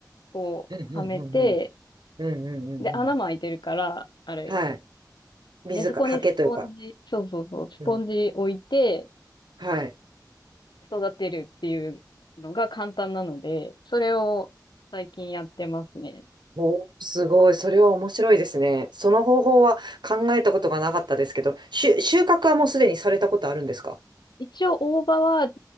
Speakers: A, on the left; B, on the right.
A: こう、
B: うん、うん、
A: はめて、
B: うん、うん。うん、うん、うん。
A: で、穴も開いてるから、
B: うん
A: あれ。
B: はい。水か、
A: で、そこにスポンジ、
B: 刷毛というか。
A: そうそうそう、スポンジ置いて
B: うん。はい。
A: 育てるっていうのが簡単なので、それを最近やってますね。
B: おー、すごい。それは面白いですね。その方法は考えたことがなかったですけど、収収穫はもうすでにされたことあるんですか
A: 一応大葉はち